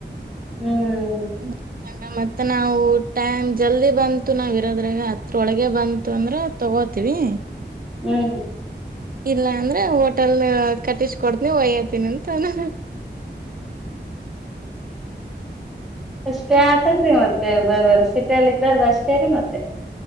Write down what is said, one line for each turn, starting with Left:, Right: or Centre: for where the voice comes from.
Centre: ಹ್ಮ್
Right: ಹ್ಮ ನ ಮತ್ತ ನಾವು ಟೈಮ್ ಜಲ್ದಿ ಬಂತು ನಾವ ಇರೋದ್ರಾಗ ಹತ್ರೊಳಗೆ ಬಂತು ಅಂದ್ರೆ ತಗೋತೀವಿ
Centre: ಹ್ಮ್
Right: ಇಲ್ಲ ಅಂದ್ರೆ ಹೋಟೆಲ್ ಕಟ್ಟಿಸಿಕೊಡ್ತನಿ ಒಯ್ಯತನಿ ಅಂತಾವ್ನೆ
Centre: ಅಷ್ಟ ಆತಂದ್ರೀ ಮತ್ತ್ ಮತ್ತ ಬರ್ರ ಸಿಟಲ್ಲಿ ಇದ್ದಾರ್ದ ಅಷ್ಟೇರಿ ಮತ್ತೆ